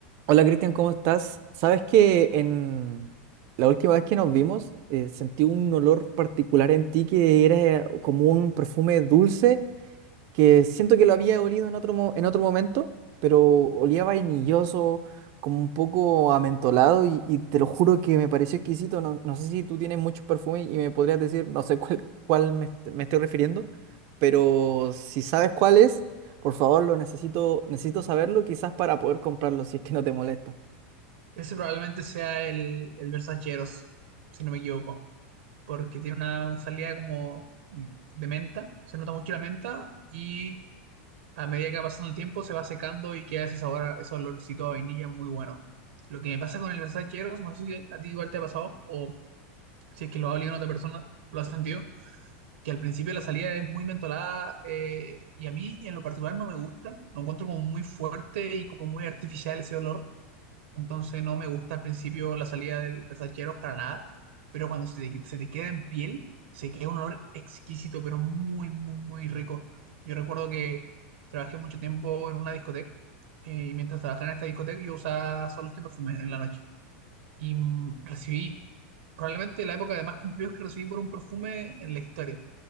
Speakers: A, on the right; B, on the right.
A: Hola Cristian, ¿cómo estás? Sabes que en la última vez que nos vimos eh, sentí un olor particular en ti que era como un perfume dulce que siento que lo había olido en otro, mo- en otro momento, pero olía vainilloso, como un poco amentolado y, y te lo juro que me pareció exquisito. No, no sé si tú tienes muchos perfumes y me podrías decir, no sé cuál, cuál me, est- me estoy refiriendo, pero si sabes cuál es, por favor, lo necesito, necesito saberlo quizás para poder comprarlo si es que no te molesta.
B: Ese probablemente sea el, el Versaceros, si no me equivoco, porque tiene una, una salida como de menta, se nota mucho la menta y a medida que va pasando el tiempo se va secando y queda ese sabor, a- ese olorcito a vainilla muy bueno. Lo que me pasa con el Versaceros, no sé si a ti igual te ha pasado o si es que lo ha olido en otra persona, lo has sentido, que al principio la salida es muy mentolada eh, y a mí en lo particular no me gusta, lo encuentro como muy fuerte y como muy artificial ese olor entonces no me gusta al principio la salida del Versaceros para nada, pero cuando se te, se te queda en piel, se queda un olor exquisito, pero muy, muy, muy rico. Yo recuerdo que trabajé mucho tiempo en una discoteca eh, y mientras trabajaba en esta discoteca yo usaba solo este perfume en la noche. Y mm, recibí probablemente la época de más cumplidos que recibí por un perfume en la historia.